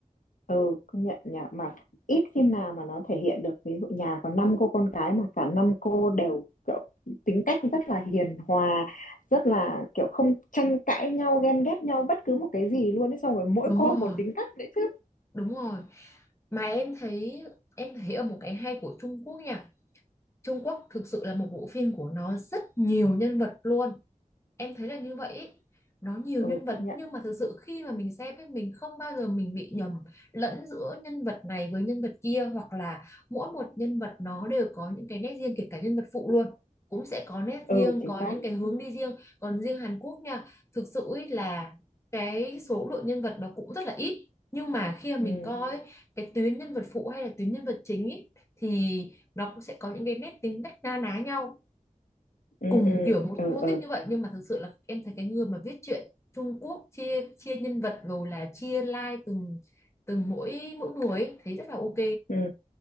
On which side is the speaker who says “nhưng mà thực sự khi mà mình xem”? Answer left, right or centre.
Left